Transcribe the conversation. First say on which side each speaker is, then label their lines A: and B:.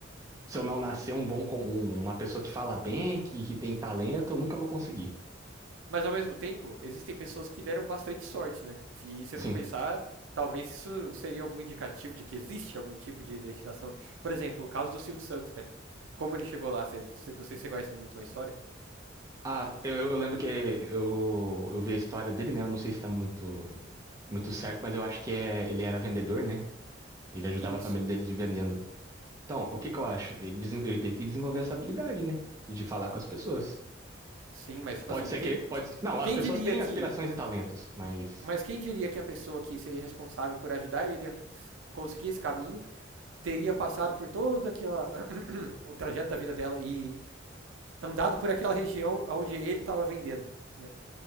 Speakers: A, on the right; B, on the right.
A: se eu não nascer um bom, com- um- uma pessoa que fala bem, que, que tem talento, eu nunca vou conseguir.
B: Mas ao mesmo tempo, existem pessoas que deram bastante sorte, né? Se você
A: Sim.
B: for pensar, talvez isso seria algum indicativo de que existe algum tipo de destinação. Por exemplo, o caso do Silvio Santos, né? Como ele chegou lá, você, você- não sei se você conhece muito a história.
A: Ah, eu, eu lembro que eu, eu vi a história dele, né? Eu não sei se tá muito, muito certo, mas eu acho que é, ele era vendedor, né? Ele ajudava
B: E
A: a
B: isso,
A: família dele de vendendo. Então, o que que eu acho? Ele, desen- ele teve que desenvolver essa habilidade, né? De falar com as pessoas.
B: sim, mas tipo
A: Pode
B: assim,
A: ser
B: quem,
A: que ele, pode,
B: que-
A: não,
B: quem
A: as pessoas
B: diria
A: têm
B: que.
A: aspirações e talentos, mas,
B: Mas quem diria que a pessoa que seria responsável por ajudar ele a s- conseguir esse caminho teria passado por todo aquela, <clears throat> o trajeto da vida dela e andado por aquela região onde ele estava vendendo, né?